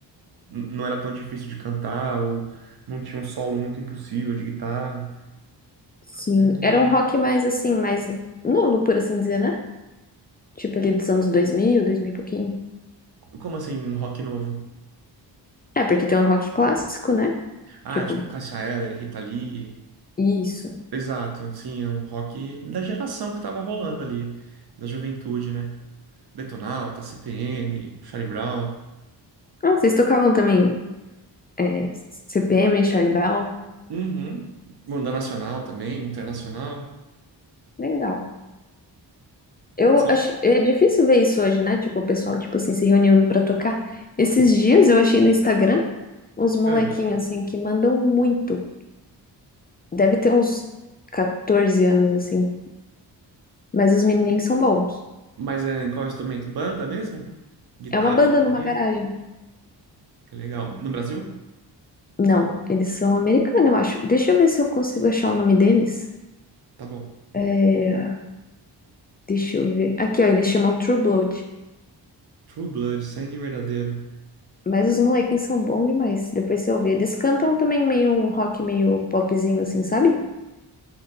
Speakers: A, on the right; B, on the left.
A: n- não era tão difícil de cantar, ou não tinha um solo muito impossível de guitarra.
B: Sim.
A: É,
B: Era um rock mais assim, mais novo, por assim dizer, né? Tipo ali dos anos 2000, 2000 e pouquinho.
A: Como assim, um rock novo?
B: É, porque tem um rock clássico, né?
A: Ah,
B: Tipo,
A: tipo Cássia Eller, Rita Lee...
B: isso.
A: Exato, sim, é um rock da geração que tava rolando ali, da juventude, né? Detonauta, CPM, Charlie Brown,
B: Ah, vocês tocavam também é, CPM, Charlie Brown?
A: uhum. Banda nacional também, internacional.
B: Legal. Eu
A: Sim.
B: acho, é difícil ver isso hoje, né? Tipo, o pessoal, tipo assim, se reunindo pra tocar. Esses dias eu achei no Instagram uns molequinhos,
A: Ah,
B: assim, que mandam muito. Deve ter uns 14 anos, assim. Mas os menininhos são bons.
A: mas é em qual instrumento? Banda mesmo? Guitarra,
B: É uma banda
A: bateria?
B: numa garagem.
A: Que legal. No Brasil?
B: Não, eles são americanos, eu acho. Deixa eu ver se eu consigo achar o nome deles.
A: Tá bom.
B: É, deixa eu ver. Aqui, ó, eles chamam True Blood.
A: True Blood, Sangue Verdadeiro.
B: Mas os molequinhos são bons demais. Depois você ouvir. Eles cantam também meio um rock meio popzinho, assim, sabe?